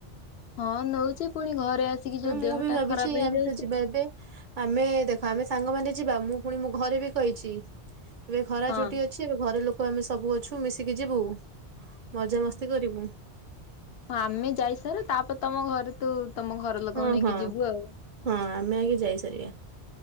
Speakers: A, on the left; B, on the right.
A: ହଁ ନଉଛି ପୁଣି ଘରେ ଆସିକି
B: ହଁ
A: ଯୋଉ
B: ମୁଁ
A: ଦେହଟା
B: ବି ଭାବିଛି
A: ଖରାପ ହେଇଯାଉଛି
B: ଆମେ ତ ଯିବା ଏବେ ଆମେ ଦେଖ ଆମେ ସାଙ୍ଗମାନେ ଯିବା ମୁଁ ପୁଣି ମୁ ଘରେ ବି କହିଛି ଏବେ ଖରା
A: ହଁ।
B: ଚୁଟି ଅଛି ଏବେ ଘରେ ଲୋକ କ ଆମେ ସବୁ ଅଛୁ ମିଶିକି ଯିବୁ ମଜାମସ୍ତି କରିବୁ।
A: ହଁ ଆମେ ଯାଇସାରୁ ତାପରେ ତମ ଘରେ ତୁ ତମ ଘର ଲୋକଙ୍କୁ
B: ହଁ
A: ନେଇକି
B: ହଁ
A: ଯିବୁ ଆଉ।
B: ହଁ ଆମେ ଆଗେ ଯାଇସାରିବା